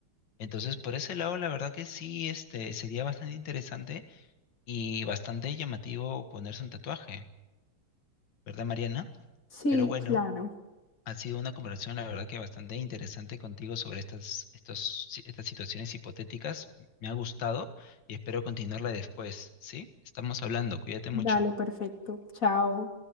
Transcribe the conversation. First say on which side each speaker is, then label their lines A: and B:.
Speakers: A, on the left (about 60°); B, on the left (about 40°).
A: Entonces, por ese lado, la verdad que sí, este, sería bastante interesante y bastante llamativo ponerse un tatuaje, ¿verdad, Mariana?
B: Sí,
A: Pero bueno,
B: claro.
A: ha sido una conversación, la verdad, que bastante interesante contigo sobre estas, estos, si- estas situaciones hipotéticas. Me ha gustado y espero continuarla después, ¿sí? Estamos hablando, cuídate mucho.
B: Dale, perfecto. Chao.